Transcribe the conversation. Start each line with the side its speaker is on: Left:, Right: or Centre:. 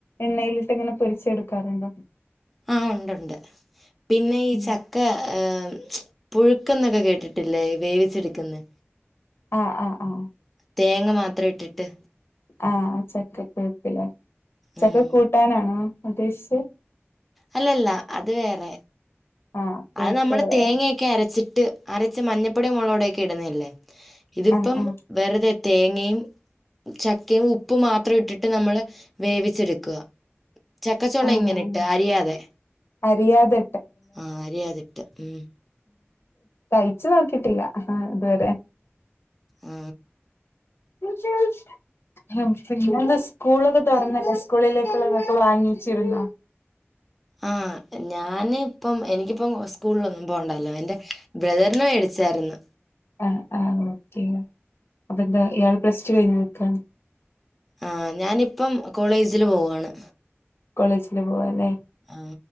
Left: എണ്ണയിലിട്ടിങ്ങനെ പൊരിച്ചെടുക്കാറുണ്ടോ?
Centre: ആ ഒണ്ട്ണ്ട് പിന്നെ ഈ
Left: ഉം
Centre: ച ക്ക ഏ പുഴുക്ക് ന്നൊക്കെ കേട്ടിട്ടില്ലേ വേവിച്ചെടുക്കുന്ന്
Left: ആ ആ ആഅ
Centre: തേങ്ങ മാത്രട്ടിട്ട്
Left: ആ ചക്ക പുഴ്ക്കിലേ ചക്ക
Centre: ഉം.
Left: കൂട്ടാനാണോ ഉദ്ദേശിച്ച്
Centre: അല്ലല്ല അത് വേറെ
Left: ആഹ് പുഴുക്ക്
Centre: അത് ന്നമ്മള്
Left: പറയാ
Centre: തേങ്ങയൊക്കെ അരച്ചിട്ട് അരച്ച് മഞ്ഞപ്പൊടി മുളക് പൊടിയൊക്കട്ന്നല്യേ ഇതിപ്പം
Left: ആഹ് ആഹ്
Centre: വെറുതെ തേങ്ങയും ചക്കേം ഉപ്പ് മാത്രം ഇട്ടിട്ട് ന്നമ്മള് വേവിച്ചെട്ക്ക ചക്കച്ചോളയിങ്ങനെട്ട്
Left: ആഹ്
Centre: അരിയാതെ
Left: അരിയാതെ
Centre: ആ ഈ അതിട്ട് ഉം
Left: കയ്ച്ചു നോക്കീട്ടില്ല ആഇതുവരെ
Centre: ആ
Left: <unintelligible> പിന്നെന്താ സ്കൂളൊക്കെ തുറന്നല്ലെ സ്കൂളിലേക്കുള്ളതൊക്കെ വാങ്ങിച്ചിരുന്നോ?
Centre: ആ ഞാന് പ്പം എനി ക്കിപ്പം സ്കൂളിലൊന്നും പോണ്ടാല്ലോ എന്റെ ബ്രദറിന് മേടിച്ചാരുന്നു
Left: അ ആ ഓക്കെയോ അപ്പന്താ ഇയാള് പ്ലസ്ടു കയിഞ്ഞു നിക്കാണോ?
Centre: ആ ഞാനിപ്പം കോളേജില് പോവാണ്
Left: കോളേജില് പോവാല്ലേ
Centre: ആ